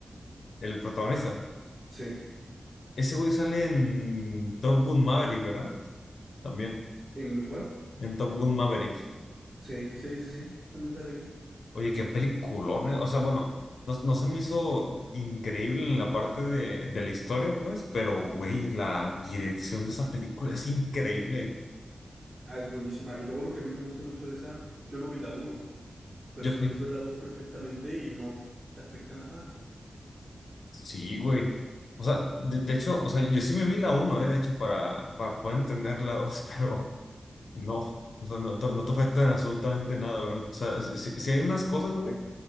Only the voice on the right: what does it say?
Sí.
¿En cuál?
Sí, sí, sí, sí. También sale ahí.
Ah, es buenísima. Y luego lo que a mí me gusta mucho de esa, yo no vi la uno, pero
puedes ver la 2 perfectamente y no te afecta nada.